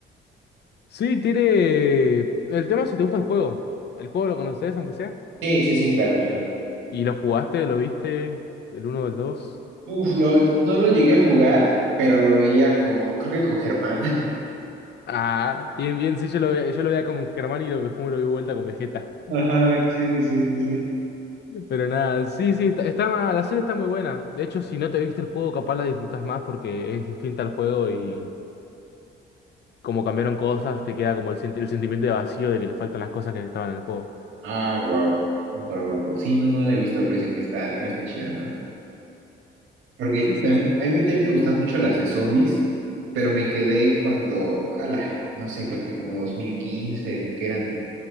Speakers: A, on the left; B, on the right.
A: Sí, tiene. El tema es si te gusta el juego. El juego lo conoces, aunque sea.
B: Sí, sí, sí, claro, claro.
A: Y lo jugaste, lo viste. El uno o el 2.
B: Uf, lo- no lo llegué a jugar, pero lo veía con, creo que con Germán. <laughs>
A: Ah, bien, bien. Sí, yo lo, veía- yo lo veía con Germán y lo, después me lo vi vuelta con Vegeta.
B: Ajá, sí, sí, sí, sí, sí.
A: Pero nada, sí, sí. Está, está- la serie está muy buena. De hecho, si no te viste el juego, capaz la disfrutas más porque es distinta al juego y como cambiaron cosas, te queda como el, senti- el sentimiento de vacío de que le faltan las cosas que estaban en el juego.
B: Ah, wow. Guau, guau, guau. Sí, no, no la he visto, pero dicen que está, también está chida, ¿no? Porque
A: Sí, sí.
B: también, a mí también me gustan mucho las de zombies, pero me quedé cuando, ala, no sé, creo que como 2015, que eran